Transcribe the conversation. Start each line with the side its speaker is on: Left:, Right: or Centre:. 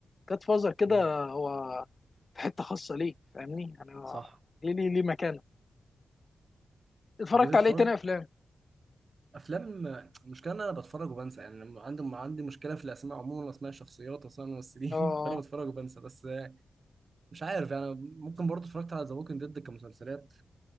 Left: جاد فازر كده
Right: أمم.
Left: هو في حته خاصه ليه فاهمني انا
Right: صح
Left: ليه ليه ليه مكانه اتفرجت
Right: طب أنت اتفرجت
Left: عليه تاني افلام
Right: افلام المشكله ان انا بتفرج وبنسى يعني لما عندي عندي مشكله في الاسماء عموما واسماء الشخصيات واسماء الممثلين
Left: اه
Right: <laughs> فانا بتفرج وبنسى بس آه، مش عارف يعني ممكن برضو اتفرجت على ذا ووكينج ديد كمسلسلات